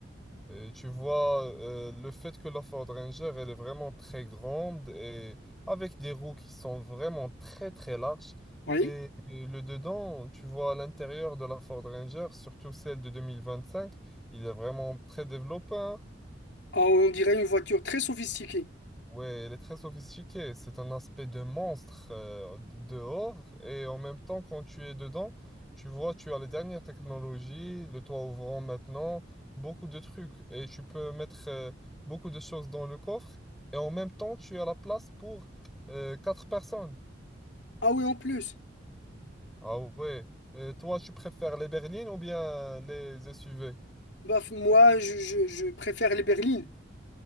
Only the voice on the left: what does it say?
Oui.
Ah, on dirait une voiture très sophistiquée.
Ah oui, en plus.
Bah, f- moi, je, je je préfère les berlines.